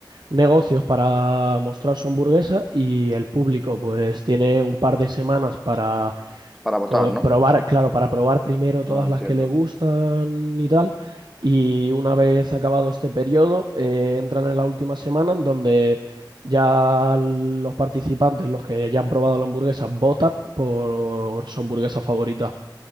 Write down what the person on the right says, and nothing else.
negocios para mostrar su hamburguesa y el público pues tiene un par de semanas para
co-
probar, claro, para probar primero
todas
las que le gustan y tal. Y una vez acabado este periodo, eh, entran en la última semana en donde ya los participantes, los que ya han probado la hamburguesa, votan por su hamburguesa favorita.